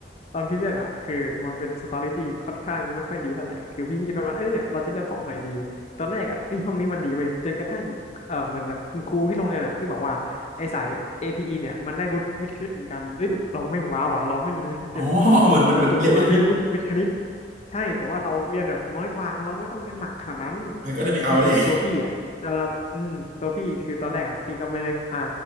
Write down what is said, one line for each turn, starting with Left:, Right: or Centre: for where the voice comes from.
Left: ตอนพี่เลือกอ่ะคือมันเป็นสตอรี่ที่ค่อนข้างไม่ค่อยดีเท่าไหร่คือพี่คิดประมาณเอ้ยเนี่ยเราจะเลือกห้องไหนดีตอนแรกอ่ะเอ้ยห้องนี้มันดีเว้ยจนกระทั่งเออเหมือนแบบคุณครูที่โรงเรียนอ่ะพี่บอกว่าไอ้สาย APE เนี่ยมันได้วุฒิวิทย์คณิตเหมือนกันเอ้ยแบบเราแม่งว้าวะเราไม่เรียนวิทย์คณิตแต่แบบ
Right: อ๋อเหมือนเหมันเหมือนเรียนพิเศช่ผิด
Left: เราจบมาได้วุฒิวิทย์คณิตใช่แต่ว่าเราเรียนแบบน้อยกว่าเราไม่ต้องเรียนหนักขนาดนั้น
Right: เออก็เลยไปเอาเลย
Left: ก็คือตัวพี่อ่ะเราอืมตัวพี่คือตอนแรกอะพี่ก็ไม่ได้อ่ะ